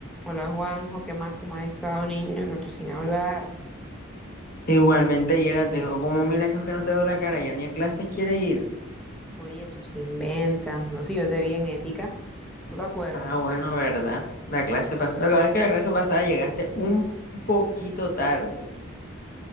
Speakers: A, in the centre; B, on the left.
A: Hola Juanjo, ¿qué más? ¿Cómo has estado, niño? Rato sin hablar.
B: Igualmente, Yera, tengo como mil años que no te veo la cara, ya ni a clases quieres ir.
A: Oye, tus inventas. No sé, yo te vi en ética, ¿no te acuerdas?
B: Ah, bueno, ¿verdad? La clase pasada. Lo que pasa es que la clase pasada llegaste un poquito tarde.